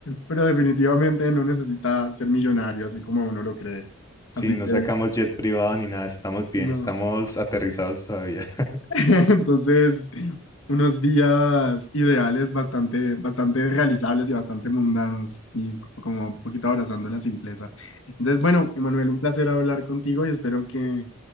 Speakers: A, on the left; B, on the left.
A: pero definitivamente no necesita ser millonario, así como uno lo cree.
B: Sí,
A: Así
B: no
A: que
B: sacamos jet privado ni nada, estamos bien,
A: No.
B: estamos aterrizados todavía. <laughs>
A: <laughs> Entonces, unos días ideales bastante, bastante realizables y bastante mundanos y como un poquito abrazando la simpleza. Entonces, bueno, Emanuel, un placer hablar contigo y espero que